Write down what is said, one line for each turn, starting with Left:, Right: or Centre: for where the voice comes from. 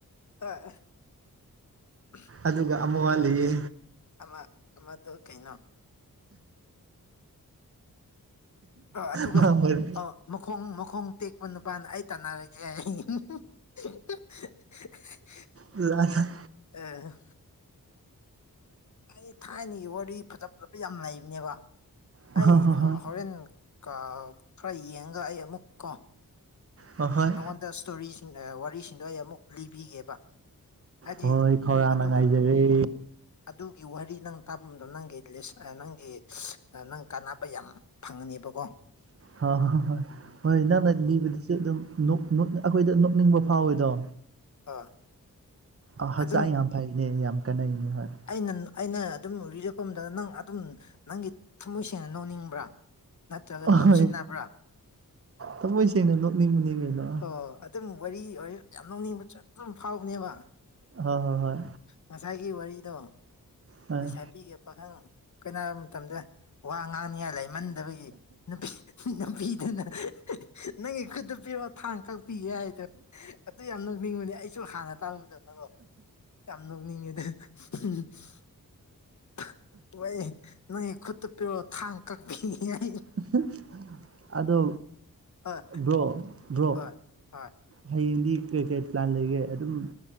Left: ꯍꯥ ꯑ <unintelligible>
Right: ꯑꯗꯨꯒ ꯑꯃ ꯋꯥꯂꯤꯌꯦ
Left: ꯑꯃ ꯑꯃꯗꯨ ꯀꯩꯅꯣ ꯑꯣ ꯑꯗꯨꯒ
Right: ꯃꯥ ꯃꯔꯤ
Left: ꯑ ꯃꯈꯣꯡ ꯃꯈꯣꯡ ꯇꯦꯛꯄ ꯅꯨꯄꯥꯅ ꯑꯩ ꯇꯥꯟꯅꯔꯒꯦ ꯍꯥꯏꯌꯦ <unintelligible> <unintelligible>
Right: ꯂꯥꯟꯅ
Left: ꯑꯦ ꯍ ꯑꯩ ꯊꯥꯏꯅꯒꯤ ꯋꯥꯔꯤ ꯐꯖ ꯐꯖꯕ ꯌꯥꯝ ꯂꯩꯕꯅꯦꯕ
Right: ꯍꯣꯏ
Left: ꯑꯩ
Right: ꯍꯣꯏ
Left: ꯍꯣ
Right: ꯍꯣꯏ
Left: ꯍꯣꯔꯦꯟ ꯀꯥꯎ ꯈꯔ ꯌꯦꯡꯉꯒ ꯑꯩ ꯑꯃꯨꯛ ꯀꯣ
Right: ꯍꯣꯏ ꯍꯣꯏ
Left: ꯅꯪꯉꯣꯟꯗ ꯁ꯭ꯇꯣꯔꯤꯁꯤꯡ ꯑꯦ ꯋꯥꯔꯤꯁꯤꯡꯗꯣ ꯑꯩ ꯑꯃꯨꯛ ꯂꯤꯕꯤꯒꯦꯕ ꯍꯥꯏꯗꯤ
Right: ꯍꯣꯏ ꯈꯧꯔꯥꯡꯅ
Left: ꯑꯗꯨꯒꯤ
Right: ꯉꯥꯏꯖꯔꯤ
Left: ꯑꯗꯨꯒꯤ ꯋꯥꯔꯤ ꯅꯪ ꯇꯥꯐꯝꯗꯣ ꯅꯪꯒꯤ ꯂꯤꯁ ꯑꯥ ꯅꯪꯒꯤ <unintelligible> ꯑꯥ ꯅꯪ ꯀꯥꯟꯅꯕ ꯌꯥꯝ ꯐꯪꯒꯅꯤꯕꯀꯣ <inaudible>
Right: ꯍ ꯍꯣ ꯍꯣꯏ ꯍꯣꯏ ꯅꯪꯅ ꯂꯤꯕꯗꯨꯁꯨ ꯑꯗꯨꯝ ꯅꫭꯛ ꯅꫭꯛ ꯑꯈꯣꯏꯗ ꯅꯣꯛꯅꯤꯡꯕ ꯐꯥꯎꯋꯤꯗꯣ
Left: ꯑ
Right: ꯑ ꯍꯛꯆꯥꯡ
Left: ꯑꯗꯨꯝ
Right: ꯌꯥꯝ ꯐꯩꯅꯦ ꯌꯥꯝ ꯀꯥꯟꯅꯩꯅꯦ ꯍꯣꯏ
Left: ꯑꯩꯅ ꯅ ꯑꯩꯅ ꯑꯗꯨꯝ ꯔꯦꯔꯤꯕꯀꯨꯝꯗ ꯅꯪ ꯑꯗꯨꯝ ꯅꯪꯒꯤ ꯊꯝꯃꯣꯏ ꯁꯦꯡꯅ ꯅꫭꯛꯅꯤꯡꯕ꯭ꯔꯥ ꯅꯠꯇ꯭ꯔꯒ
Right: ꯍꯣꯏ
Left: ꯅꯣꯛꯁꯤꯟꯅꯕ꯭ꯔꯥ
Right: ꯊꯃꯣꯏ ꯁꯦꯡꯅ ꯅꯣꯛꯅꯤꯡꯕꯅꯤ ꯀꯩꯅꯣ
Left: ꯑꯣ ꯑꯗ ꯗꯨꯝ ꯋꯥꯔꯤ ꯑꯣꯏꯔꯖꯨ ꯌꯥꯝ ꯅꫭꯛꯅꯤꯡꯕ ꯖꯨ ꯗꯨꯝ ꯐꯥꯎꯕꯅꯦꯕ
Right: ꯍꫭ ꯍꫭ ꯍꯣꯏ
Left: ꯉꯁꯥꯏꯒꯤ ꯋꯥꯔꯤꯗꯣ
Right: ꯍꯣꯏ
Left: ꯉꯁꯥꯏ
Right: ꯍꯣꯏ
Left: ꯅꯨꯄꯤꯒ ꯄꯥꯈꯪ ꯀꯩꯅꯔ ꯃꯇꯝꯗ ꯋꯥ ꯉꯥꯡꯅꯤꯉꯥꯏ ꯂꯩꯃꯟꯗꯕꯒꯤ ꯅꯨꯄꯤ ꯅꯨꯄꯤꯗꯨꯅ <unintelligible> ꯅꯪꯒꯤ ꯈꯨꯠꯇꯨ ꯄꯤꯔꯣ ꯊꯥꯡ ꯀꯛꯄꯤꯒꯦ ꯍꯥꯏꯗꯨ ꯑꯗꯨ ꯌꯥꯝ ꯅꯣꯛꯅꯤꯡꯕꯅꯦ ꯑꯩꯁꯨ ꯍꯥꯟꯅ ꯇꯥꯕ ꯃꯇꯝꯗꯀꯣ ꯌꯥꯝ ꯅꯣꯛꯅꯤꯡꯉꯦꯗꯨ <unintelligible> <unintelligible> ꯍꯣꯏ ꯅꯣꯏ ꯈꯨꯠꯇꯨ ꯄꯤꯔꯛꯑꫭ ꯊꯥꯡ ꯀꯛꯄꯤꯒꯦ ꯑꯩ
Right: <unintelligible> ꯑꯗꯣ
Left: ꯍꯣꯏ
Right: ꯕ꯭ꯔꯣ ꯕ꯭ꯔꯣ
Left: ꯍꯣꯏ ꯍꯣꯏ
Right: ꯍꯌꯦꯡꯗꯤ ꯀꯩꯀꯩ ꯄ꯭ꯂꯥꯟ ꯂꯩꯒꯦ ꯑꯗꯨꯝ